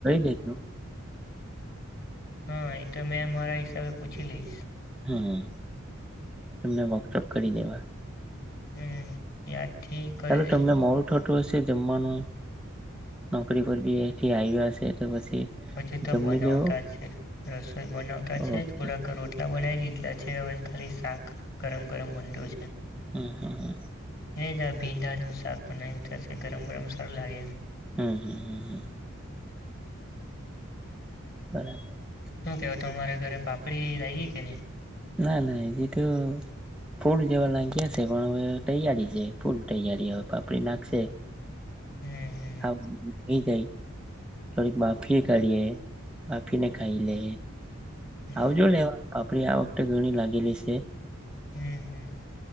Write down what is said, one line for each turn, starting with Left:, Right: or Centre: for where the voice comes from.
Centre: દેજો
Left: હા, એ તો મેં મારા હિસાબે પૂછી લઈશ.
Centre: હા તમને વોકશોપ કરી દેવા.
Left: હમ્મ એ આ ઠી કરી
Centre: ચાલો
Left: દેજેની.
Centre: તમને મોડું થતું હશે જમવાનું નોકરી પર બી આયથી આવ્યા હશે તો પછી
Left: હજુ તો
Centre: જમી
Left: બનાવતા
Centre: લેવો
Left: છે રસોઈ બનાવતા છે
Centre: ઓકે
Left: થોડાક રોટલા બનાઈ લીધા છે અવે ખાલી શાક ગરમ ગરમ બ <unintelligible>
Centre: હમ્મ હમ્મ હમ્મ.
Left: એ સબ ભીંડાનું શાક બનાવ્યું થશે ગરમ ગરમ સારું લાગે એમ
Centre: હમ્મ, હમ્મ, હમ્મ. બરાબર.
Left: શું કેવાય તમારા ઘરે પાપડી લાગી કે નહી?
Centre: ના ના એજી તો ફૂલ જેવા લાગ્યા છે પણ હવે તૈયારી છે ફૂલ તૈયારી હવે પાપડી લાગશે.
Left: હમ હમ
Centre: હા એ જાય થોડીક બાફી કાઢીએ બાફીને ખાઈલે.
Left: હમ
Centre: આવજો લેવા પા પડી આ વખતે ઘણી લાગેલી છે.
Left: હમ્મ, હમ્મ.